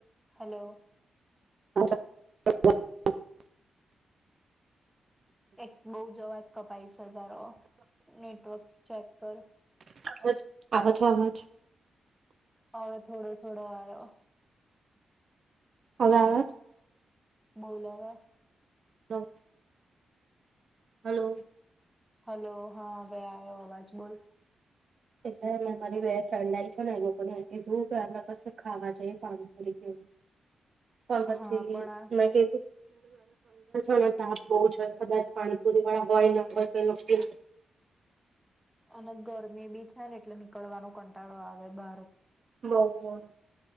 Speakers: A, in the centre; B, on the right.
A: હલો.
B: <inaudible>
A: એક બહ જ અવાજ કપાય છે તારો નેટવર્ક ચેક કર.
B: અજ આવાજ અવાજ.
A: હ. થોડો થોડો આવ્યો.
B: હવે આવે
A: બોલાવા.
B: નવ. હલો.
A: હલો હા હવે આવ્યો અવાજ બોલ.
B: એટલે મારી બે ફ્રેન્ડ આ આવી છે ને એ લોકોને એ કીધું કે આપણે કસે ખાવા જઈએ પાણીપુરી કે. તો પાછી
A: હા પણ આ
B: મેં કીધું <unintelligible> ને તાપ બહ છે કદાચ પાણીપુરી વાળા હોયર કઈ નકકી
A: હ અને ગરમી બી છે ને એટલે નીકળવાનો કંટાળો આવે બહાર.
B: બહ.